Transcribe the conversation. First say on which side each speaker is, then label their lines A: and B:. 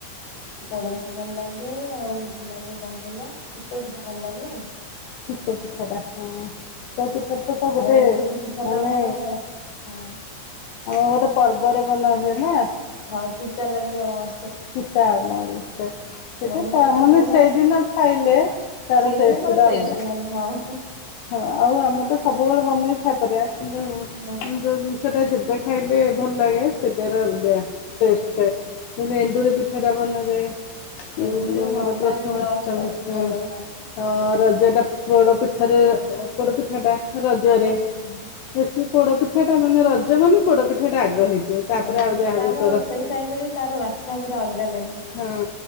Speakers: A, on the left; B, on the left.
A: ପୋଡ ପିଠା ଭଲ ଲାଗେ ଆଉ ଭଲ ଲାଗେ କଣ କହିଲ ଚିତଉ ପିଠା ଭଲ ଲାଗେ।
B: ଚିତଉ ପିଠାଟା। ହଁ ଚିତ ପିଠାତ ଗୋଟେ
A: ଆଉ ଏଣ୍ଡୁରି ପିଠା
B: ମାନେ
A: ତ ଆମର ହଁ
B: ଆମର ଗୋଟେ ପର୍ବରେ ବନା ହୁଏନା।
A: ହଁ ଚିତା ଲାଗିି ଅମାବା
B: ସେଟା ମଲ ସେ ସେଇଟା
A: ମନେ
B: ତା
A: ପଡିଲା
B: ମାନେ
A: ଭଲ
B: ସେଇଦିନ ଖାଇଲେ ତାର
A: ସେଇଦିନ
B: ଟେଷ୍ଟଟା
A: ଟେଷ୍ଟ
B: ଅଲଗା।
A: ବାହାରିଲା ହଁ
B: ହଁ ଆଉ ଆମେ ତ ସବୁବେଳେ ବନେଇକି ଖାଇପାରିବା କିନ୍ତୁ
A: ହଁ
B: ଯୋଉ ଜିନିଷଟା ଯେବେ ଖାଇଲେ ଭଲ ଲାଗେ, ସେଇଟାର ଅଲଗା ଟେଷ୍ଟଟା ଯେନ୍ତି ଏ ଣ୍ଡୁରି ପିଠାଟା ବନାଯାଏ
A: ଏଣ୍ଡୁରି
B: ଯୋଉ ଆମର
A: ହଁ
B: ପ୍ରଥମାଷ୍ଟମୀ
A: ତାର ଯେମିତି ଅଷ୍ଟମୀ କୁ
B: ହଁ
A: ଭଲ ଲାଗେ
B: ହଁ। ରଜଟା ପୋଡ଼ପିଠାରେ ପୋଡପିଠାଟା, ରଜରେ
A: ହଁ।
B: ବେଶୀ ପୋଡ ପିଠା ପିଠାଟା ମାନେ ରଜ ମାନେ ପୋଡପିଠାଟା ଆଗ ହେଇଥିବ,
A: ହଁ
B: ତାପରେ
A: ସେଟା
B: ଆଉ ଯାହାବି
A: ତାର
B: କର
A: ସେଇ ଟାଇମ ରେ ତାର ବାସ୍ନା ପୁରା ଅଲଗା ଲାଗେ
B: ହଁ।